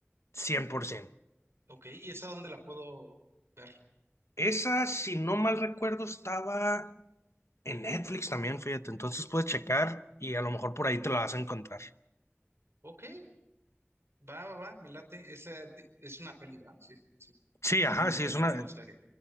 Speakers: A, on the left; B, on the right.
A: 100%.
B: ok. ¿Y esa dónde la puedo ver?
A: Esa, si no mal recuerdo, estaba en Netflix también, fíjate, entonces puedes checar y a lo mejor por ahí te la vas a encontrar.
B: Ok, va, va, va, me late. Esa di- es una peli, ¿va? Sí, sí.
A: Sí,
B: También
A: ajá,
B: es
A: sí,
B: pelea,
A: es una,
B: no serie.